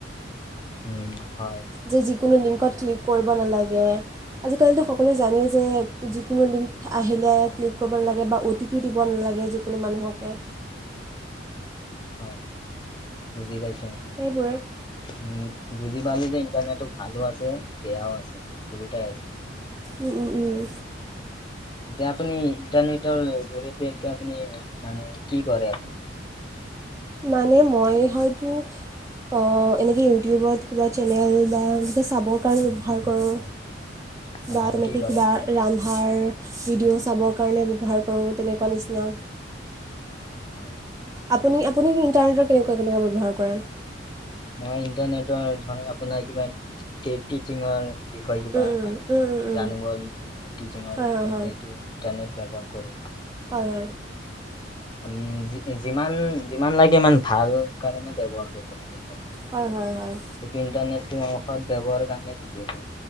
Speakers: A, on the left; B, on the right.
A: উম, হয়।
B: যে যিকোনো
A: আপুনি
B: লিংকত ক্লিক কৰিব নালাগে। আজিকালিতো সকলোৱে জানেই যে যিকোনো লিংক আহিলে ক্লিক কৰিব নালাগে বা O T O T P দিব নালাগে যিকোনো মানুহকে।
A: উম, হয় বুজি পাইছো।
B: সেইবোৰে।
A: উম, বুজি পালো যে, ইণ্টাৰনেটো ভালো আছে বেয়াও আছে, দুয়োটাই আছে।
B: উম, উম, উম।
A: এতিয়া আপুনি ইণ্টাৰনেটৰ জৰিয়তে এতিয়া আপুনি মানে কি কৰে আপুনি?
B: মানে মই হয়তো- অ' এনেকে ইউটিউবত কিবা চেনেল বা এনেকে চাবৰ কাৰণে ব্যৱহাৰ কৰোঁ।
A: <inaudible>
B: বা
A: আৰু
B: তেনেকে
A: কি কৰে
B: কিবা- ৰন্ধাৰ ভিডিঅ' চাবৰ কাৰণে ব্যৱহাৰ কৰোঁ তেনেকুৱা নিচিনা।
A: হয়।
B: আপুনি আপুনি ইণ্টাৰনেটৰ কেনেকুৱা কেনেকুৱা ব্যৱহাৰ কৰে?
A: মই ইণ্টাৰনেটৰ ধৰ আপোনাৰ কিবা টি টিচিঙৰ- বিষয়ে কিবা
B: উম
A: মানে
B: উম উম উম উম
A: জানিব হলে টিচিঙৰ
B: হয়
A: সেইকাৰণে
B: হয় হয়
A: এইটো। ইণ্টাৰনেট ব্যৱহাৰ কৰোঁ।
B: হয় হয়।
A: উম' যিমান যিমান লাগে ইমান ভাল কাৰণে ব্যৱহাৰ কৰিব লাগে ইণ্টাৰনেট।
B: হয় হয় হয়।
A: এইটো ইণ্টাৰনেটটো সত ব্যৱহাৰ কাৰণে দিছে এইটো।